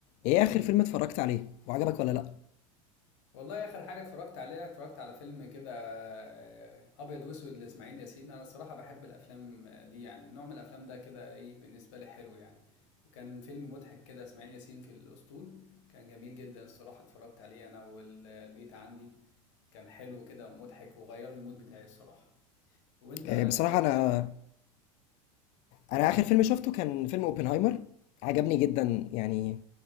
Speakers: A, on the left; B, on the left.
A: ايه اخر فيلم اتفرجت عليه وعجبك ولا لا
B: والله اخر حاجه اتفرجت عليها اتفرجت على فيلم كده آه، ابيض واسود لاسماعيل ياسين انا الصراحه بحب الافلام دي يعني نوع من الافلام ده كده ايه بالنسبه لي حلو يعني وكان فيلم مضحك كده اسماعيل ياسين في الاسطول كان جميل جدا الصراحه اتفرجت عليه انا والبيت عندي كان حلو كده ومضحك وغير المود بتاعي الصراحه وانت
A: آه،
B: اتفرجت
A: بصراحه انا
B: اخر
A: انا اخر فيلم شفته كان فيلم اوبنهايمر عجبني جدا يعني